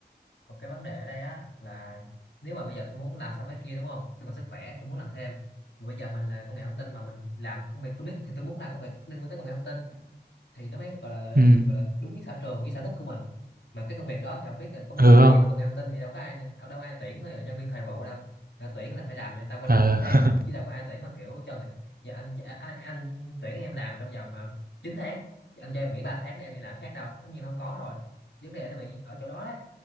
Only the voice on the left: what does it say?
một cái vấn đề ở đây á là nếu mà bây giờ tôi muốn làm xong cái kia đúng không tôi còn sức khỏe tôi muốn làm thêm mà bây giờ mình là công nghệ thông tin mà mình làm công việc tôi biết thì tôi muốn làm công việc liên quan tới công nghệ thông tin thì nó mới gọi là
gọi là đúng với sở trường với sở thích của mình mà cái công việc đó thì ông biết là có mấy
công ty
mà công nghệ thông tin thì đâu có ai đâu có ai tuyển rồi nhân viên thời vụ đâu Người ta tuyển là phải làm cho người ta quanh
năm suốt tháng chứ đâu có ai tuyển mà kiểu cho người giờ anh, anh anh tuyển em làm trong vòng ờ, 9 tháng anh cho em nghỉ 3 tháng để em đi làm khác đâu tất nhiên là không có rồi vấn đề nó bị ở chỗ đó